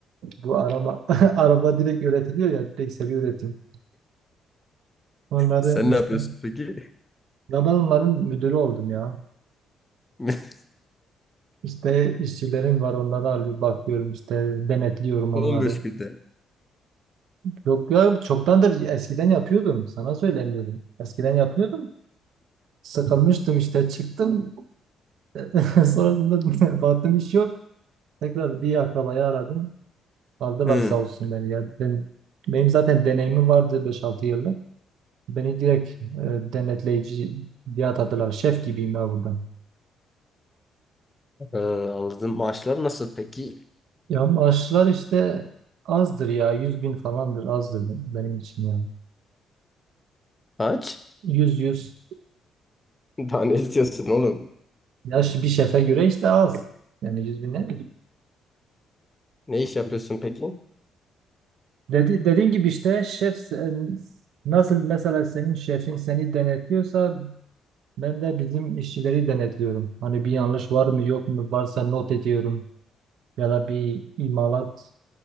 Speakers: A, on the right; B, on the left.
A: Bu araba <laughs> araba direkt üretiliyor ya direkt seri üretim. Onları
B: Sen ne
A: işte
B: yapıyorsun peki?
A: ya ben onların müdürü oldum ya.
B: <laughs>
A: İşte işçilerim var onları alıp bakıyorum işte denetliyorum
B: 15
A: onları.
B: günde.
A: Yok ya çoktandır eskiden yapıyordum sana söylemiyordum. Eskiden yapıyordum. Sıkılmıştım işte çıktım. <laughs> Sonrasında <laughs> baktım iş yok. Tekrar bir akrabayı aradım. Aldılar
B: Hı.
A: sağ olsun beni ya. Ben, benim zaten deneyimim vardı beş altı yıllık. Beni direkt e, denetleyici diye atadılar. Şef gibiyim ya burada.
B: Ee, anladım. Maaşlar nasıl peki?
A: Ya maaşlar işte azdır ya. yüz bin falandır azdır ben- benim için ya.
B: Aç.
A: yüz yüz
B: Daha ne istiyorsun oğlum?
A: Ya şi- bir şefe göre işte az. Yani 100 bin nedir?
B: Ne iş yapıyorsun peki?
A: Dedi, dediğin gibi işte şef sen- nasıl mesela senin şefin seni denetliyorsa ben de bizim işçileri denetliyorum. Hani bir yanlış var mı yok mu varsa not ediyorum. ya da bir imalat